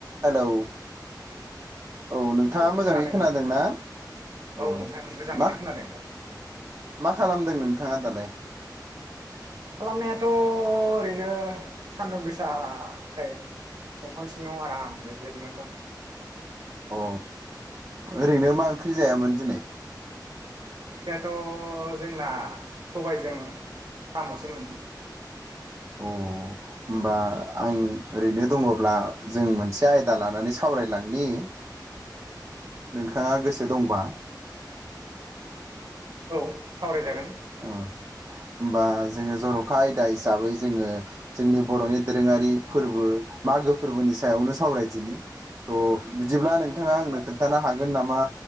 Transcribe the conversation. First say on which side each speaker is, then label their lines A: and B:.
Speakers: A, on the right; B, on the right.
A: Hello औ नोंथाङा मोजाङै
B: खोनादों
A: खोनादोंना
B: नोंथां दे
A: औ
B: नोंथां मोजाङैनो
A: मा
B: खोनादों
A: मा खालामदों नोंथाङा दालाय?
B: खालामनायाथ' ओरैनो सान्दुं गोसाखाय दंफां सिङाव आराम ओरैनो जिरायनानै दं
A: अ ओरैनो मा ओंख्रि जायामोन दिनै?
B: ओंख्रियाथ' जोंना सबायजों साम'सोमोन
A: अ होमबा आं ओरैनो दङब्ला जों मोनसे आयदा लानानै सावरायलांनि । नोंथाङा गोसो दंबा
B: औ सावरायजागोन
A: ओ होमबा जोङो जर'खा आयदा हिसाबै जोङो जोंनि बर'नि दोरोङारि फोरबो मागो फोरबोनि सायावनो सावरायदिनि थ' बिदिब्ला नोंथाङा आंनो खोन्थानो हागोन नामा